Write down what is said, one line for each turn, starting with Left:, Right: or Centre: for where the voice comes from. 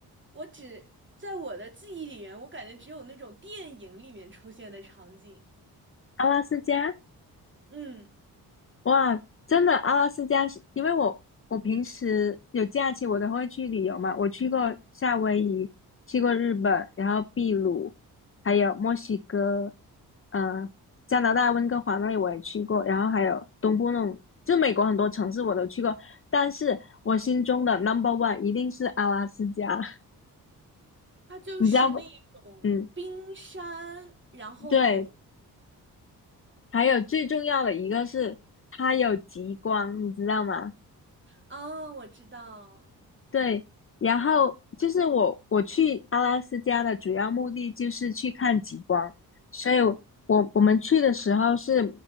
Right: 我只在我的记忆里面，我感觉只有那种电影里面出现的场景。
Left: 阿拉斯加。
Right: 嗯，
Left: 哇，真的，阿拉斯加是因为我我平时有假期我都会去旅游嘛，我去过夏威夷，去过日本，然后秘鲁，还有墨西哥，嗯，加拿大温哥华那里我也去过，然后还有东部那种，就美国很多城市我都去过，但是我心中的 number one 一定是阿拉斯加，<laughs>
Right: 它就是那种冰山，
Left: 你知道不？嗯，
Right: 然后
Left: 对，还有最重要的一个是它有极光，你知道吗？
Right: 啊，我知道。
Left: 对，然后就是我我去阿拉斯加的主要目的就是去看极光，所以我我们去的时候是